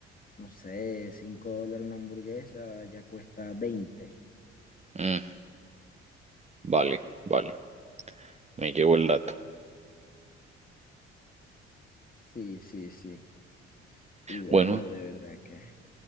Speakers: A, on the left; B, on the right.
A: no sé, 5 dólares una hamburguesa, ya cuesta veinte
B: Mm, vale, vale, me llevo el dato.
A: Sí, sí, sí. Y bueno,
B: Bueno,
A: de verdad que...